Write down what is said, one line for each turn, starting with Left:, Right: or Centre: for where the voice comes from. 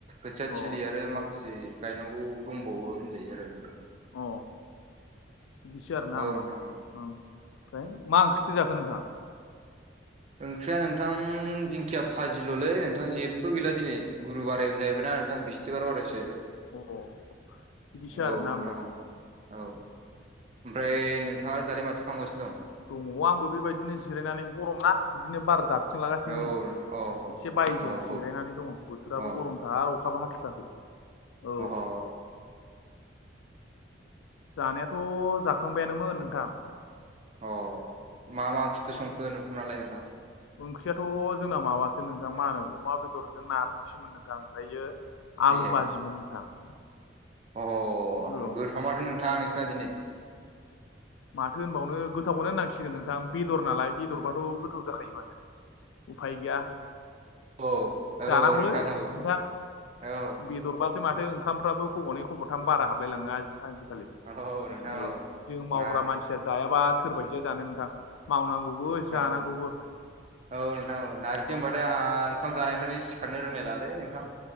Right: खोथिया
Left: अ
Right: थिलि आरो माखा माखासे गायनांगौ दंबावो होनजायो आरो नोंथां।
Left: अ बिदिसो आरोना
Right: औ
Left: होमबा
Right: नोंथां
Left: ओं
Right: औ
Left: ओम फ्राय मा ओंख्रिसो जाखो नोंथां?
Right: ओंख्रिया नोंथां दिंखिया फाजिल'लै नोंथां जेबो गैला दिनै गुरु बारायबो जाहैबाय ना नोंथां बिस्थिबार बारायसो जाहैबाय
Left: अ बिदिसो आरोना
Right: औ
Left: होमबा
Right: नोंथां औ औ। ओमफ्राय नोंथाङा दालाय माथो खालामगासिनो दं।
Left: दङ' आंबो बेबायदिनो जिरायनानै गरमना बिदिनो बार जाथ थिं लागासिनो
Right: दं औ
Left: नै
Right: नोंथां अ ह
Left: एसे बायजोआव जिरायनानै
Right: ह औ
Left: दङ' बोथोराबो
Right: औ
Left: गरम दा अखाबो हाथाराखै औ।
Right: अ ह
Left: जानायाथ' जाखांबायानोमोन नोंथां।
Right: अ मा मा अखिथु संखो नुखु नालाय नोंथां।
Left: ओंख्रियाथ' जोंना माबासो नोंथां मा होनो अमा बेदरजों नारजिसोमोन नोंथां ओमफ्रायो आलु
Right: एहे
Left: बाजिमोन नोंथां।
Right: अ
Left: औ
Right: गोथाव माथो नोंथाङा नोंसिना दिनै
Left: माथो होनबावनो गोथावखौनो होननांसिगोन नोंथां बेदर नालाय बेदरबाथ' गोथाव जाखायो माथो। उफाय गैया
Right: औ औ
Left: जानांगौलै नोंथां।
Right: औ औ
Left: बेदरबासो माथो ओंखामफ्राबो खब'नै खब'थाम बारा हाबलायलाङो आजि-आजिखालि।
Right: औ नोंथां
Left: औ जों मावग्रा
Right: नारजि
Left: मानसिया जायाबा सोर बायदिया जानो नोंथां। मावनांगौबो जानांगौबो।
Right: औ औ नोंथां नारजि
Left: औ।
Right: होनबाथाय आंहा ओंखाम जानायफोरानो सिखारनो रोंलाय लाङालै नोंथां।